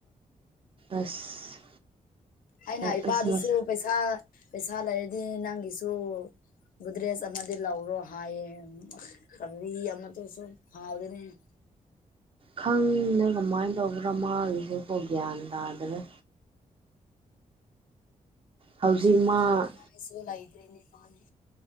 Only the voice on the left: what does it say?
ꯑꯩꯅ ꯏꯄꯥꯗꯨꯁꯨ
ꯄꯩꯁꯥ ꯄꯩꯁꯥ ꯂꯩꯔꯗꯤ ꯅꯪꯒꯤꯁꯨ ꯒꯨꯗꯔꯦꯁ ꯑꯃꯗꯤ ꯂꯧꯔꯣ ꯍꯥꯏꯌꯦ ꯀꯕꯤ ꯑꯃꯇꯁꯨ ꯍꯥꯎꯗꯅꯦ <unintelligible>
ꯎꯝ
ꯈꯃꯤꯉꯥꯏꯁꯣꯂꯗ꯭ꯔꯦꯅꯤ ꯃꯥꯅꯤ